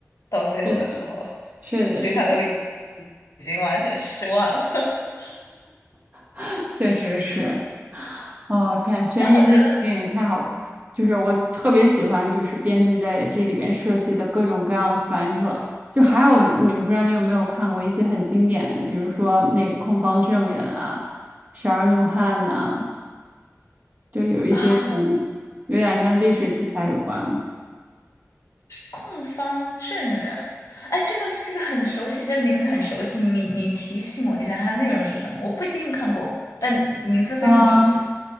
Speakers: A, on the left; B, on the right.
A: 到最后的时候
B: 是的，是的，
A: 对他都已
B: <laughs> 是的，
A: 经完全失望了。<laughs>
B: <laughs> 确实是。哦，天，悬疑类的电影太好看，
A: 但我觉得
B: 就是我特别喜欢，就是编剧在这里边设计的各种各样的反转。就还有，你我不知道你有没有看过一些很经典的，比如说那个《控方证人》啊，《十二怒汉》呐，就有一些可能有点跟历史题材有关。
A: 啊。控方证人，哎，这个这个很熟悉，这个名字很熟悉。你你你提醒我一下，它内容是什么？我不一定看过，但名字非常熟悉
B: 嗯。